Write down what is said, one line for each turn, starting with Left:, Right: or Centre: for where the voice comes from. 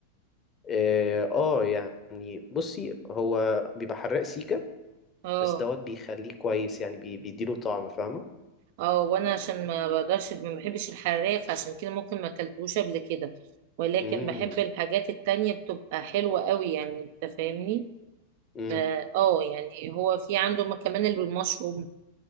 Left: اه آه، يعني بصي هو بيبقى حراق سيكا
Right: اه
Left: بس دوت بيخليه كويس يعني بي- بيديله طعم فاهمة
Right: اه وانا عشان ما بقدرش ما بحبش الحراق فعشان كده ممكن ما اكلتوش قبل كده ولكن
Left: امم
Right: بحب الحاجات التانية بتبقى حلوة قوي يعني انت فاهمني
Left: امم
Right: ب- اه يعني هو في عنده كمان المشروم